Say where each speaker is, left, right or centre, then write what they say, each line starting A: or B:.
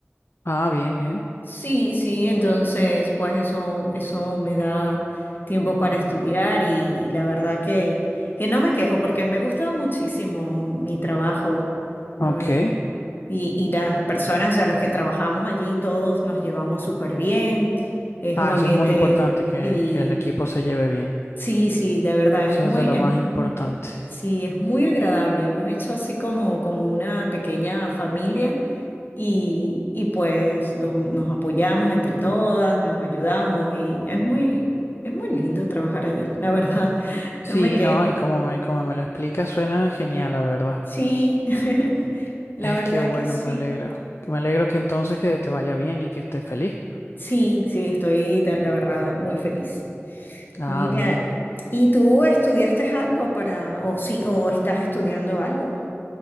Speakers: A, on the left; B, on the left.
A: Ah, bien, bien.
B: Sí, sí, entonces pues eso, eso me da tiempo para estudiar y, y la verdad que, que no me quejo porque me gusta muchísimo mi trabajo,
A: Ok.
B: la verdad. Y, y las personas a las que trabajamos allí, todos nos llevamos súper bien, es
A: Ah,
B: un ambiente
A: eso es muy importante que,
B: y
A: que el equipo se lleve bien.
B: Sí, sí, de verdad,
A: Eso
B: es muy,
A: es de lo
B: es,
A: más importante.
B: mu- sí, es muy agradable. Hemos hecho así como, como una pequeña familia y, y pues do- nos apoyamos entre todas, nos ayudamos y es muy, es muy lindo trabajar allí, la verdad, <laughs>
A: Sí,
B: no me quejo.
A: no, y como me, como me lo explicas, suena genial, la verdad.
B: Sí, <laughs> la
A: Es
B: verdad
A: que bueno,
B: que sí.
A: me alegro. Me alegro que entonces que te vaya bien y que estés feliz.
B: Sí, sí, estoy, de- la verdad, muy feliz.
A: Ah,
B: Mira,
A: bien.
B: ¿y tú estudiaste algo para, o sí, o estás estudiando algo?